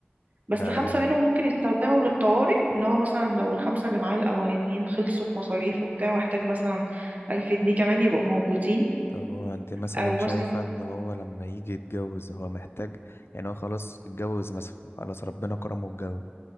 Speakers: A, on the right; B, on the left.
A: بس
B: ده
A: خمسة
B: يعني
A: منهم ممكن يستخدموا للطوارئ ان هو مثلا لو الخمسة اللي معاه الأولانيين خلصوا في مصاريف وبتاع واحتاج مثلا ألف جنيه كمان يبقوا موجودين
B: طب هو أنت مثلا
A: أو مثلا
B: شايفة إن هو لما يجي يتجوز هو محتاج يعني هو خلاص اتجوز مثلا خلاص ربنا كرمه واتجوز